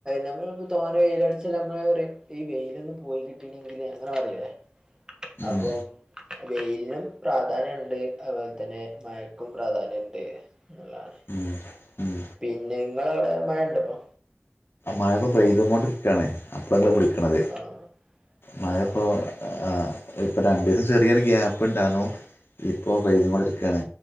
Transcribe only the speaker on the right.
നമ്മ തോന വെയിലടിച്ച നമ്മള ഈ വെയിലൊന്നും പോയി കിട്ടെങ്കില് അങ്ങനെ പറയില്ലേ
അപ്പം
വെയിലിനും പ്രാധാന്യം ഉണ്ട് അതുപോലെ തന്നെ മഴക്കും പ്രാധാന്യംണ്ട് എന്നുള്ളതാണ് <unintelligible>
പിന്നെ നിങ്ങള അവിടെ മഴ ഇണ്ടപ്പൊ
ആഹ്
ആഹ്